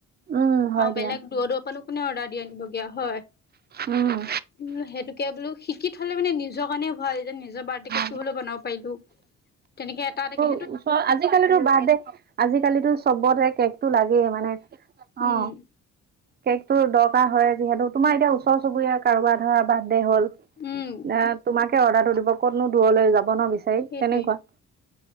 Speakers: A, on the right; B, on the left.
A: উম হয়
B: আৰু বেলেগ
A: দিয়া
B: দূৰৰ দূৰৰ কোনে অৰ্ডাৰ দি আনিব গে হয়।
A: উম
B: উম সেইটোকে বোলো শিকি থ হলে মানে নিজৰ কাৰণে ভাল। যে নিজৰ বাৰ্থডে
A: ভাল
B: কেক টো হলেও বনাব পাৰিলো তেনেকে এটা এনেকে।
A: ওচৰৰ আজি কালিতো বাৰ্থডে আজিকালি চবতে কেকতটো লাগেই মানে।
B: উম।
A: অ কেকটো দৰকাৰ হয় যিহেতু তোমাৰ এতিয়া ওচৰ চুবুৰিয়াৰ কাৰোবাৰ ধৰা বাৰ্থডে হ'ল।
B: উম
A: এ তোমাকে অৰ্ডাৰটো দিব কতনো দূৰলৈ যাব ন বিচাৰি
B: সেইটোৱে।
A: তেনেকুৱা।